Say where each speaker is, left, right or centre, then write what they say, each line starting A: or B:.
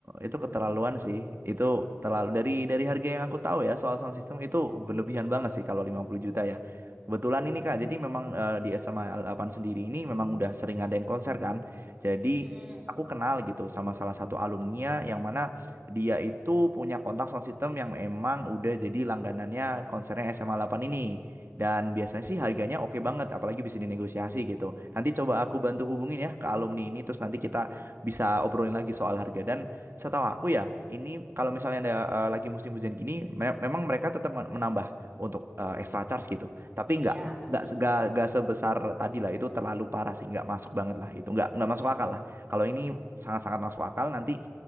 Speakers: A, on the right; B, on the right.
A: itu
B: gitu.
A: keterlaluan sih. Itu terlalu dari dari harga yang aku tahu ya soal sound system itu berlebihan banget sih kalau 50 juta ya. Kebetulan ini Kak, jadi memang eh, di SMA delapan sendiri ini memang udah sering ngadain konser kan. Jadi
B: Mm-mm.
A: aku kenal gitu sama salah satu alumni yang mana dia itu punya kontak sound system yang emang udah jadi langganannya konsernya SMA delapan ini. Dan biasanya sih harganya oke banget, apalagi bisa dinegosiasi gitu. Nanti coba aku bantu hubungin ya ke alumni ini, terus nanti kita bisa obrolin lagi soal harga dan setahu aku ya ini kalau misalnya ada eh, lagi musim hujan gini me- memang mereka tetap men- menambah untuk eh, extra charge gitu tapi nggak
B: Iya, pasti.
A: nggak nggak nggak sebesar tadi lah itu terlalu parah sih nggak masuk banget lah itu nggak nggak masuk akal lah kalau ini sangat-sangat masuk akal nanti